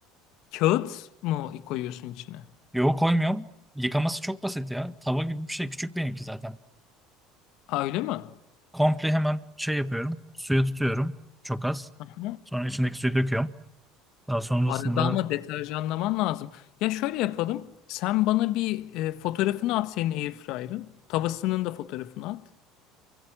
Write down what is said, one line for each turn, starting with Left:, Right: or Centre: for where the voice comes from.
Left: Kağıt mı koyuyorsun içine?
Centre: Yo koymuyorum. Yıkaması çok basit ya. Tava gibi bir şey. Küçük benimki zaten.
Left: Ha öyle mi?
Centre: Komple hemen şey yapıyorum. Suya tutuyorum. Çok az.
Left: Aha.
Centre: Sonra içindeki suyu döküyorum. Daha sonrasında
Left: Arada ama deterjanlaman lazım. Ya şöyle yapalım. Sen bana bir e, fotoğrafını at senin airfryer'ın. Tavasının da fotoğrafını at.